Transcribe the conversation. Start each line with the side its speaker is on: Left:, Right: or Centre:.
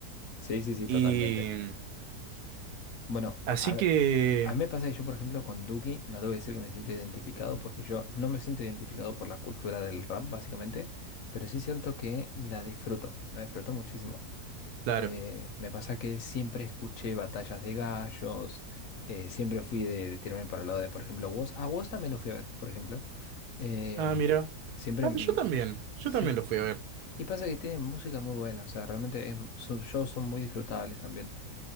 Left: Sí, sí, sí,
Right: Y
Left: totalmente. Bueno,
Right: así
Left: a ver,
Right: que,
Left: a mí me pasa que yo, por ejemplo, con Duki, no te voy a decir que me siento identificado, porque yo no me siento identificado por la cultura del rap, básicamente, pero sí es cierto que la disfruto, la disfruto muchísimo.
Right: claro.
Left: Eh, me pasa que siempre escuché batallas de gallos, eh, siempre fui de, de tirarme para el lado de, por ejemplo, Woz. A Woz también lo fui a ver, por ejemplo. Em,
Right: Ah, mira.
Left: siempre...
Right: Ah,
Left: mm,
Right: yo también, yo
Left: siem-
Right: también lo fui a ver.
Left: Y pasa que tiene música muy buena, o sea, realmente es- sus shows son muy disfrutables también.